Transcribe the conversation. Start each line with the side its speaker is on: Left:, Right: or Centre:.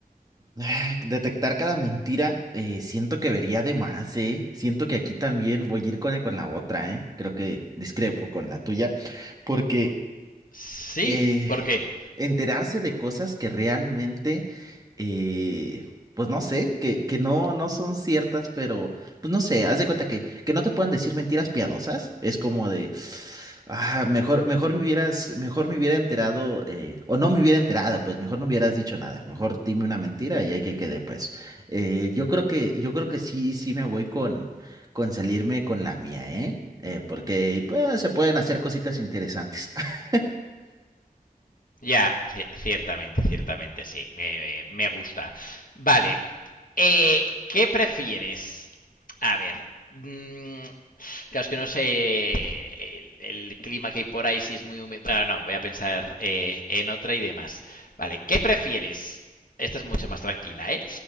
Right: ah, detectar cada mentira, eh, siento que vería de más, ¿eh? Siento que aquí también voy a ir con, e, con la otra, ¿eh? Creo que discrepo con la tuya, porque
Left: Sí,
Right: eh,
Left: ¿por qué?
Right: enterarse de cosas que realmente eh, pues no sé, que, que no, no son ciertas, pero pues no sé, haz de cuenta que, que no te puedan decir mentiras piadosas, es como de, ah, mejor, mejor me hubieras, mejor me hubiera enterado, eh, o no me hubiera enterado, pues mejor no hubieras dicho nada, mejor dime una mentira y ahí que quede, pues. Eh, yo creo que, yo creo que sí, sí me voy con, con salirme con la mía, ¿eh? Eh, porque pues, se pueden hacer cositas interesantes. <laughs>
Left: Ya, ci- ciertamente, ciertamente, sí. Me, me- me gusta. Vale. Eh, ¿qué prefieres? A ver. mm, claro, es que no sé el, el clima que hay por ahí, si es muy húmedo. Bueno, no, voy a pensar eh, en otra y demás. Vale, ¿qué prefieres? Esta es mucho más tranquila, ¿eh?